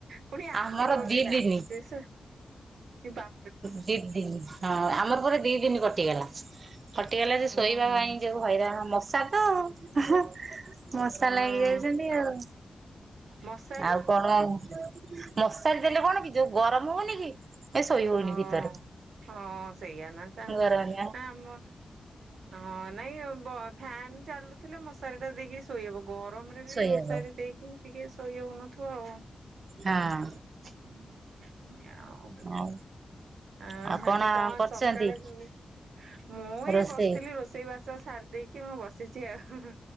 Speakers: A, on the right; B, on the right.
A: ପୁଣି ଆସିବ
B: ଆମର ଦି
A: ବି ନାହିଁ
B: ଦିନି
A: ସେ ବା
B: ଦି ଦିନ ହଁ ଆମର ପରେ ଦି ଦିନ କଟିଗଲା ଫଟିଗଲା ଯେ ଶୋଇବା
A: ଓହୋ
B: ପାଇଁ ଯୋଉ ହଇରାଣ ମଶା ତ ମଶା
A: ହଁ ହଁ
B: ଲାଗିଯାଉଛନ୍ତି ଆଉ
A: ମଶାରୀ
B: ଆଉ କଣ ହଁ ମଶାରି ଦେଲେ କଣ କି ଯୋଉ ଗରମ ହଉନି କି ଏ ଶୋଇ ହଉନି
A: ହଁ
B: ଭିତରେ
A: ହଁ ସେଇଆ ନା ନା
B: ଗରମ
A: ଆମ ହଁ ନାଇଁ ଫ୍ୟାନ ଚାଲୁଥିଲେ ମଶାରି ଟା ଦେଇକି ଶୋଇହବ। ଗରମ ରେ ବି
B: ଶୋଇହବ
A: ମଶାରୀ ଦେଇକି ଟିକେ ଶୋଇ ହଉନଥିବ ଆଉ
B: ହଁ।
A: <unintelligible>
B: ଆଉ
A: ଆ
B: ଆଉ
A: ଆଜି କଣ
B: କରିଛନ୍ତି
A: ସକାଳେ ମୁଁ ଏଇ
B: ରୋଷେଇ
A: ବସିଥିଲି ରୋଷେଇ ବାସ ସାରି ଦେଇକି ମୁଁ ବସିଛି ଆଉ।